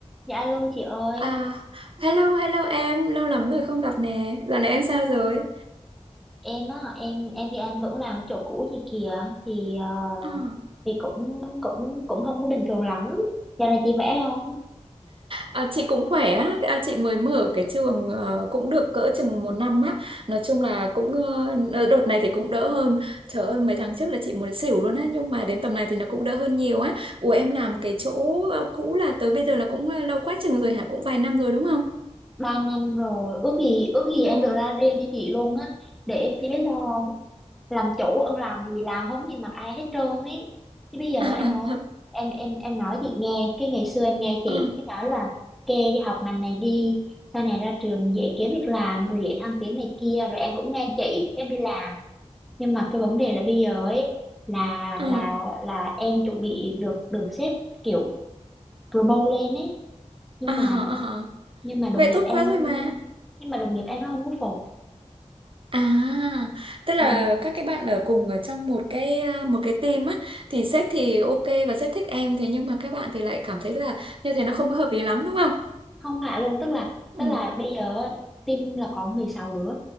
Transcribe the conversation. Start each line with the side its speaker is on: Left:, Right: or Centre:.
Centre: Dạ alo chị ơi,
Right: À, hello, hello em, lâu lắm rồi không gặp nè. Dạo này em sao rồi?
Centre: em á, em em thì em vẫn làm chỗ cũ chị kìa, thì ờ,
Right: À,
Centre: thì cũng cũng cũng không có bình thường lắm. Giờ này chị khỏe không?
Right: à, chị cũng khỏe á, à, chị mới mở cái trường ờ, cũng được cỡ chừng một năm á. Nói chung
Centre: Ừ,
Right: là cũng ờ, ờ, đợt này thì cũng đỡ hơn. Trời ơi, mấy tháng trước là chị muốn xỉu luôn á, nhưng mà đến tầm này thì nó cũng đỡ hơn nhiều á. Ủa em làm cái chỗ ờ, cũ là tới bây giờ là cũng ờ, lâu quá chừng rồi hả? Cũng vài năm rồi đúng không?
Centre: ba năm rồi, ước gì ước gì em
Right: Ừ.
Centre: được ra riêng như chị luôn á. Để em chị biết sao không? Làm chủ ân làm gì làm không nhìn mặt ai hết trơn ấy. Chứ bây giờ
Right: <laughs>
Centre: em nói em em em nói chị nghe, cái ngày xưa em nghe chị
Right: Ừ.
Centre: cái nói là kê đi học ngành này đi. Sau này ra trường dễ kiếm việc làm rồi dễ thăng tiến này kia rồi em cũng nghe chị em đi làm nhưng mà cái vấn đề là bây giờ ấy là
Right: Ừ.
Centre: là là em chuẩn bị được được sếp kiểu promote lên ấy nhưng
Right: À, à,
Centre: mà
Right: à.
Centre: nhưng mà đồng
Right: Vậy
Centre: nghiệp
Right: tốt
Centre: em
Right: quá rồi mà.
Centre: nhưng mà đồng nghiệp em nó không có phục
Right: À, tức là
Centre: ừ.
Right: các cái bạn ở cùng ở trong một cái à, một cái team á thì sếp thì ok và sếp thích em thế nhưng mà các bạn thì lại cảm thấy là như thế nó không có hợp lý lắm đúng không?
Centre: không phải luôn tức là
Right: Ừ.
Centre: tức là bây giờ team là có mười sáu đứa